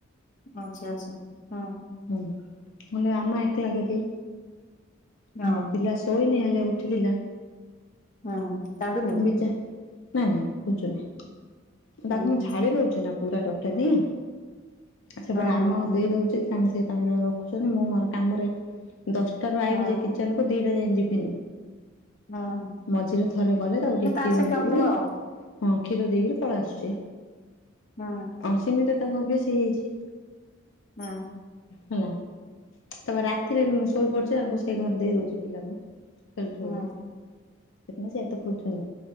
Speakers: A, on the left; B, on the left.
A: ଆଚ୍ଛା ଆଚ୍ଛା ହଁ।
B: ମୁଁ କହିଲି ଆମେ ଏକଲା ଯଦି
A: ହଁ
B: <unintelligible> ପିଲା ଶୋଇନି ହେଲେ ଉଠିଥିଲା।
A: ହୁଁ କାନ୍ଦୁନି।
B: ନାଇଁ ନାଇଁ ଖୋଜୁନି।
A: ହୁଁ
B: ତାକୁ ମୁଁ
A: ହୁଁ
B: ଛାଡି
A: ହୁଁ
B: ଦଉଛି ନା ପୁରା ଟୋଟାଲି। ସେପଟେ
A: ହୁଁ
B: ଆମା
A: ହୁଁ
B: ଦେଇ ଦେଉଛି ତାଙ୍କ ସେ ତାଙ୍କେ ରଖୁଛନ୍ତି ମୁଁ ମୋର କାମରେ। ଦଶଟାରୁୁ ଆଇବି
A: ହୁଁ
B: ଯେ କିଚେନକୁ ଦିଟା ଯାଇ ଯିବିନି।
A: ହୁଁ
B: ମଝିରେ ଥରେ ଗଲେ ତାକୁ କ୍ଷୀର
A: ସେ ତାର ସେ
B: ଦେଇକିରି
A: ଖେଳୁଥିବ ଆଉ
B: ହଁ କ୍ଷୀର ଦେଇକିରି ପଳେଇ ଆସୁଛି।
A: ହଁ
B: ହଁ ସିମିତି ତାକୁ ଅଭ୍ୟାସ ହେଇଯାଇଛି।
A: ହଁ
B: ହେଲା ତାପରେ ରାତିରେ ବି ମୁଁ ଶୋଇ ପଡୁଛି। ରୋଷେଇ କରି ଦେଇ ଦଉଛି ପିଲାକୁ। ଖେଳୁଥିବ
A: ହୁଁ
B: ବୋଧେ। <unintelligible> ଏତେ ଖୋଯୁନି